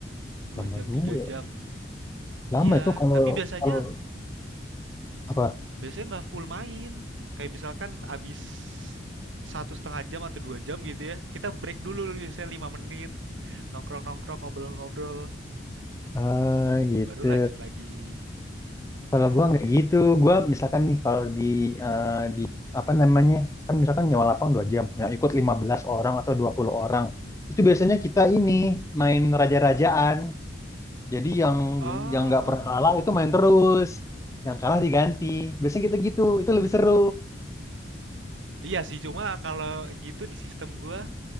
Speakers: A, on the right; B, on the left.
A: dua
B: Lama
A: jam
B: juga.
A: tiga jam.
B: Lama
A: Iya,
B: itu kalau
A: tapi biasanya
B: kalau apa?
A: biasanya nggak full main. Kayak misalkan abis satu setengah jam atau dua jam gitu ya, kita break dulu biasanya lima menit, nongkrong-nongkrong, ngobrol-ngobrol,
B: Ah, gitu.
A: baru lanjut lagi. Iya.
B: Kalau gua nggak gitu, gua misalkan nih kalau di eh, di apa namanya? Kan misalkan nyewa lapang 2 jam. Nah, ikut 15 orang atau 20 orang. Itu biasanya kita ini main raja-rajaan. Jadi yang
A: Oh,
B: yang nggak pernah kalah itu main terus. Yang kalah diganti. Biasanya kita gitu. Itu lebih seru.
A: iya sih cuma kalau gitu di sistem gua